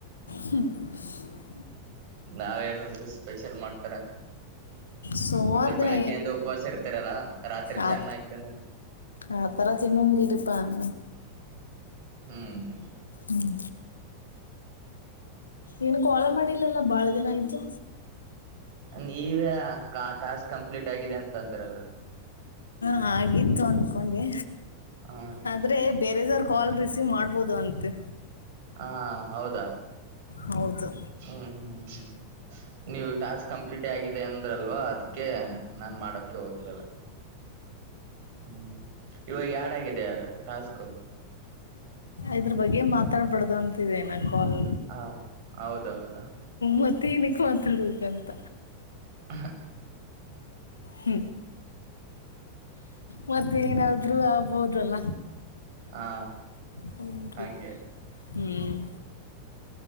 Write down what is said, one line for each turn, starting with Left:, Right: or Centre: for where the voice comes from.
Left: ಹ್ಮ
Right: ನಾವೇಏನಾದ್ರೂ ಸ್ಪೆಷಲ್ ಮಾಡ್ತ
Left: ಸೋಮಾರ ದಿನ
Right: ಬೆಳಗ್ಗೆಯಿಂದ ಉಪವಾಸ ಇರ್ತೀರಲ್ಲಾ ರಾತ್ರಿ
Left: ಆ
Right: ಚೆನ್ನಾಗಿ ತಿನ್ನಕ್
Left: ಆ ತರ ತಿನ್ನುಂಗಿರಿಪಾನ <unintelligible>
Right: ಹ್ಮ್
Left: ಹ್ಮ ಏನು ಕೋಳ ಮಾಡಿಲ್ಲಲ್ಲ ಬಾಳ ದಿನ ಆಯ್ತು
Right: ನೀವೇ ಟಾಸ್ಕ್ ಕಂಪ್ಲೀಟ್ ಆಗಿದೆ ಅಂತ ಅಂದ್ರಲ್ಲ
Left: ಹಾ ಆಗಿತ್ತು ಒಂದು ಕಕೊಂಡೆ
Right: ಹ
Left: ಆದ್ರರೆ ಬೇರೆದವ್ರ ಕಾಲ್ ರಿಸೀವ್ ಮಾಡ್ಬೋದು ಅಂತೆ
Right: ಹಾ ಹೌದಾ
Left: ಹೌದು
Right: ಹ್ಮ ಹ್ಮ ಹ ನೀವು ಟಾಸ್ಕ್ ಕಂಪ್ಟ್ ಆಗಿದೆ ಅಂದ್ರಲ್ವವಾ ಅದಕ್ಕೆ ನಾನ್ ಮಾಡಕ್ಕೆ ಹೋಗ್ಲಿಲ್ಲ ಹ್ಮ ಇವಾಗ ಯ ಚೆನ್ನಾಗಿದೆ ಟಾಸ್ಕ್
Left: ಇದ್ರ ಬಗ್ಗೆ ಮಾತಾಡ್ಬಾರಡ್ದು ಅಂತಿದ್ದೇನ ಕಲ್
Right: ಹಾ ಹೌದೌದಾ
Left: ಮತ್ತೆ ಮಾತಾಡ್ಬೇಕಂತ
Right: ಹ
Left: ಹ್ಮ್ಮ ಮತ್ತ ನಾದ್ರು ಹೌದಲ್ಲ
Right: ಹಾ
Left: ಹೌದು
Right: ಹಂಗೆ
Left: ಹ್ಮ್